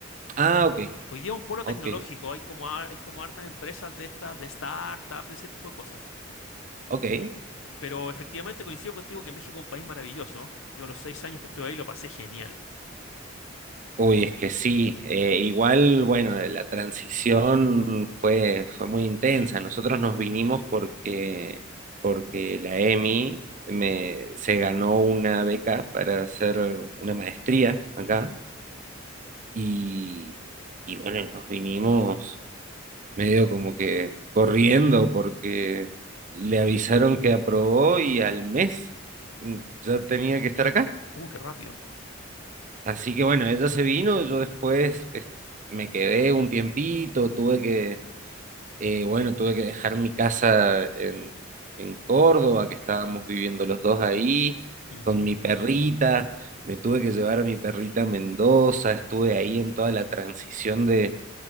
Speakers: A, on the right; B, on the left.
A: Ah, ok,
B: Hoy día un polo
A: ok,
B: tecnológico, hay como, har- hay como hartas empresas de estas, de startups, de ese tipo de cosas.
A: ok.
B: Pero efectivamente coincido contigo que México es un país maravilloso. Yo los seis años que estuve ahí lo pasé genial.
A: Uy, es que sí. eh, igual, bueno, la transición fue, fue muy intensa. Nosotros nos vinimos porque, porque la EMI me, se ganó una beca para hacer una maestría acá.
B: Ujú.
A: Y, y bueno, nos vinimos. medio como que corriendo porque le avisaron que aprobó y al mes mm, ya tenía que estar acá.
B: Uh, qué rápido.
A: Así que bueno, ella se vino, yo después es- me quedé un tiempito, tuve que, eh, bueno, tuve que dejar mi casa en, en Córdoba, que estábamos viviendo los dos ahí,
B: Ujú.
A: con mi perrita, me tuve que llevar a mi perrita a Mendoza, estuve ahí en toda la transición de